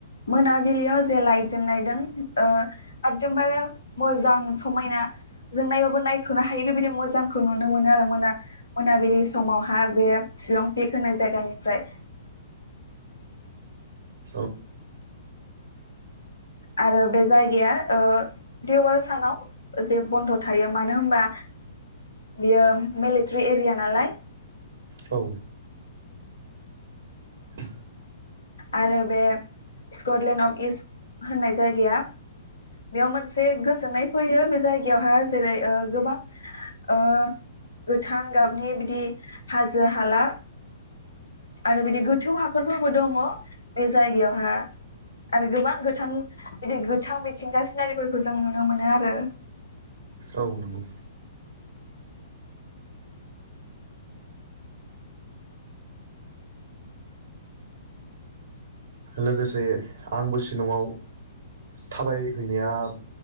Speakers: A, on the left; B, on the right.
A: मोनाबिलियाव जे लाइट जों नायदों ओ एखदमबारे मोजां समायना जों नायबाबो नायखनो हायो बेबायदि मोजांखौ नुनो मोनो आरो मोना मोनाबिलि समावहा बे शिलं पिक होननाय जायगानिफ्राय।
B: औ
A: आरो बे जायगाया ओ देवार सानाव जे बन्द थायो मानो होनबा बियो मिलिटारि एरिया नालाय
B: औ <inaudible>
A: आरो बे स्कटलेण्ड अफ इस्ट होननाय जायगाया बेयाव मोनसे गोजोननाय फैयो बे जायगायावहा जेरै ओ गोबां ओ गोथां गाबनि बिदि दि हाजो हाला आरो बिदि गोथौ हाखरफोरबो दं ङ बे जायगायावहा आरो गोबां गोथां बिदि गोथां मिथिंगा सिनारिफोरखौ जों नुनो मोनो आरो।
B: औ नंगौ लोगोसे आंबो शिलंआव थाबायहैनाया